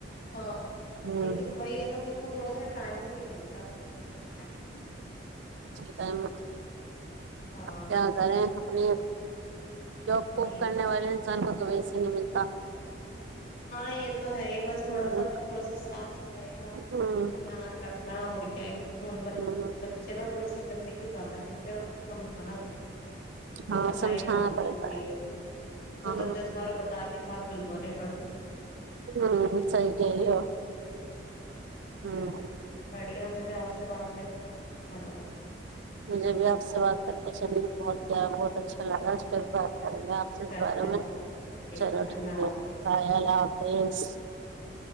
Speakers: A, on the left (about 50°); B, on the right (about 75°).
A: ہاں
B: ہوں
A: لیکن وہی ہے نا کی تھوڑا سا ٹائم نہیں ملتا گھر چکر میں
B: <inaudible> اب
A: ہاں
B: کیا کریں اپنے جاب کوب
A: جی
B: کرنے
A: جی
B: والے انسان کو ویسے نہیں ملتا
A: ہاں یہ تو ہے ہی بس تھوڑا
B: ہوں
A: سا تھوڑا سا صاف صفائی کا
B: ہوں
A: دھیان رکھنا اور <inaudible> بے
B: ہوں
A: بچے ن تھوڑے سے زندگی زیادہ کرتے ہیں ان کو سمجھ پتا بائی
B: ہاں
A: صفائی
B: سمجھانا
A: بہت ضروری
B: پڑتا
A: ہے ان کو
B: ہاں
A: دس دس بار بتا کے ہاتھ بلو نے <unintelligible> پڑھ
B: ہوں <unintelligible> سی گئی ہو ہوں
A: چلو بڑھیا مجھے آپ سے بات چوا <unintelligible>
B: مجھے بھی آپ سے بات کر اچسا <unintelligible> بہت کیا بہت
A: ہاں
B: اچھا لگا پھر بات
A: چلو
B: کریں گے
A: پھر
B: آپ سے اس
A: کرتے
B: بارے
A: ہیں
B: میں
A: بات
B: چلو ٹھیک
A: اللہ حافظ
B: ہے بائے اللہ حافظ
A: اللہ حافظ